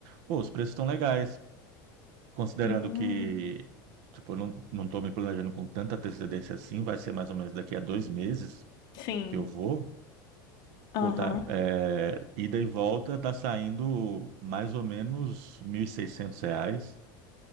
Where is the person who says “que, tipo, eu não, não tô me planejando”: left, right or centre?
Right